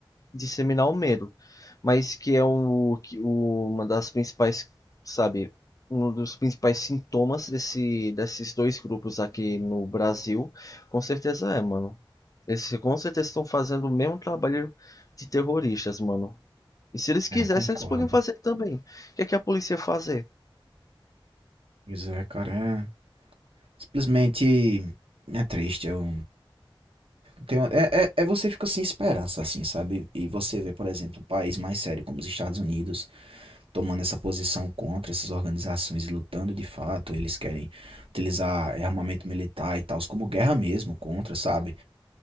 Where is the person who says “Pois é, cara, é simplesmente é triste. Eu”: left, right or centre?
Right